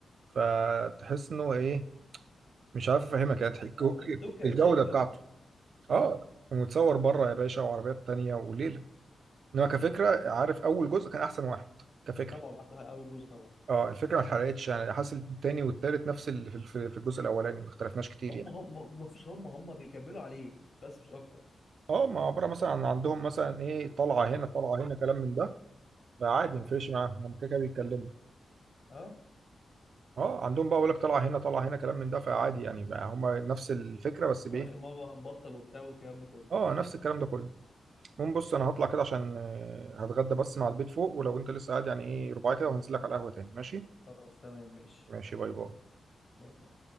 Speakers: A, on the right (about 70°); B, on the left (about 60°).
A: فتحس انه ايه مش عارف افهمك يعني تحك-
B: اه دول تركي آل
A: الجوده
B: الشيخ بقى
A: بتاعته اه
B: امم
A: ومتصور بره يا باشا وعربيات تانية وليله انما كفكره عارف اول جزء كان احسن واحد كفكره
B: طبعا احلى اول جزء طبعا
A: اه الفكره ما اتحرقتش يعني حاسس التاني والتالت نفس اللي في في- في الجزء الاولاني ما اختلفناش كتير
B: هم
A: يعني
B: هم ما فيش هم هم بيكملوا عليه بس مش اكتر
A: اه ما عبارة مثلا عن عندهم مثلا ايه طلعة هنا طلعة هنا كلام من ده فعادي مفيش معاهم هم كده كده بيتكلموا
B: اه
A: اه عندهم بقى بيقول لك طلعة هنا طلعة هنا كلام من ده فعادي يعني بقى هم نفس الفكرة بس
B: واخر
A: بايه
B: مرة هنبطل وبتاع والكلام ده كله
A: اه نفس الكلام ده كله المهم بص انا هطلع كده عشان آه، هتغدى بس مع البيت فوق ولو انت لسه قاعد يعني ايه ربع كده وهنزل لك على القهوة تاني ماشي
B: خلاص تمام ماشي
A: ماشي باي باي
B: باي باي